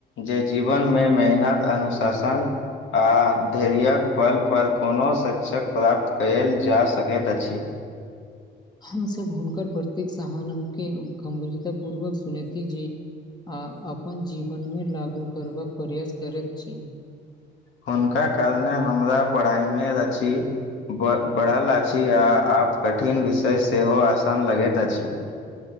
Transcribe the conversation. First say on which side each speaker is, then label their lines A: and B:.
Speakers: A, on the left; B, on the left.
A: जे जीवनमे मेहनत अनुशासन आ धैरियक बल पर कोनो शिक्षक प्राप्त कयल जा सकैत अछि
B: हम सब हुनकर प्रतेक सहान्न के गंभीरता पूर्वक सुनेथि जे आ अपन जीवनमे लागू करबाक प्रयास करैत छी
A: हुनका कारणे हमरा पढ़ाइमे रची ब बढ़ल अछि आ आप कठिन विषय सेहो आसान लगैत अछि <inaudible>